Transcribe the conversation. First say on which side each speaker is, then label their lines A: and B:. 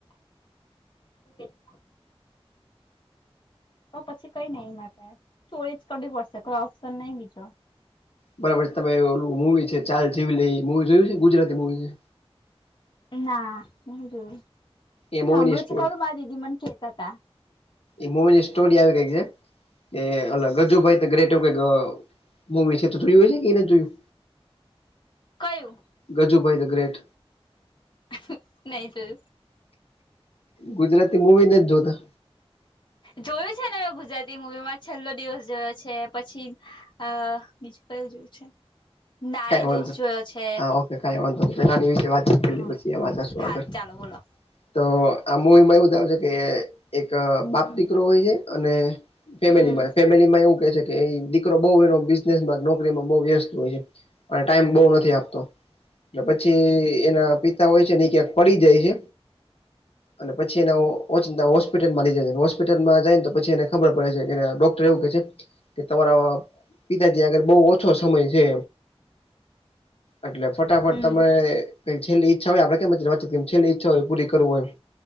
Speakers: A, on the left; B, on the left.
A: <unintelligible> પછી કઈ નહી માટે ચોરી જ કરવી પડશે કોઈ ઓપ્શન નહી બીજો
B: બરાબર છે તમે ઓલું મુવી છે ચાલ જેવી લઈ મુવી જોયું છે ગુજરાતી મુવી છે
A: ના નહી જોયું
B: એ મૂવીની
A: સાંભલયું
B: સ્ટોરી
A: છે ખરું મારા દીદી મને કેતા હતા
B: એ મૂવીની સ્ટોરી આવી કઈ છે કે અલગ ગજુભાઈ ગ્રેટું કઇક મૂવી છે તો જોયું હશે કે એ નથી જોયું
A: કયું
B: ગજુભાઈ દ ગ્રેટ
A: હ નહી જૉયુ
B: ગુજરાતી મુવી નથી જોતા
A: જોયું છે ને હવે ગુજરાતી મુવીમાં છેલ્લો દિવસ જોયો છે પછી અ બીજું કયુ જોયું છે નારી
B: કઈ વાંધો
A: દોષ જોયો છે
B: હા ઓકે કઈ વાંધો નહી પેલાની વિશે વાતચીત કરી
A: હા
B: પછી એમાં જશું
A: હાલ
B: આગળ
A: ચાલો બોલો
B: તો આ મૂવી માં એવું બતાવે છે કે એક બાપ દીકરો હોય છે અને ફેમિલીમાં
A: હમ
B: ફેમિલીમાં એવું કે છે કે દીકરો બહું એનો બિઝનેસ માં નોકરીમાં બઉ વ્યસ્ત હોય છે અને ટાઈમ બહુ નથી આપતો પછી એના પિતા હોય છે ને ક્યાંક પડી જાય છે અને પછી એનો ઓચિંતા હોસ્પિટલમાં લઈ જાય હોસ્પિટલમાં જાય ને તો પછી એને ખબર પડે છે કે ડોક્ટર એવું કહે છે કે તમારા પિતાજી આગળ બહુ ઓછો સમય છે એટલે ફટાફટ
A: હમ
B: તમે કઈ છેલ્લી ઈચ્છા હોય આપડે કેમ વાત છેલ્લી ઈચ્છા હોય પૂરી કરવું હોય